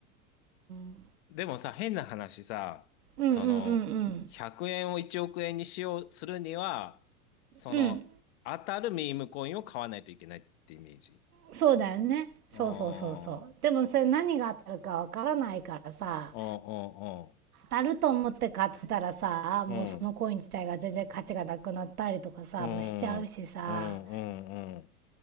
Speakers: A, on the right; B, on the left.
A: ん
B: でもさ、変な話さ、
A: うんうんうん
B: その、100円を1億円にしよう、するには、その、
A: うんうん
B: 当たるミームコインを買わないといけないってイメージ。
A: そうだよねそうそうそうそうでもそれ何が当たるかわからないからさ
B: ああ、うん
A: 当たると思って買ってたらさもうそのコイン自体が全然価値がなくなったりとかさもうしちゃうしさ
B: うんうん。うん、うん、うん、うん、うん。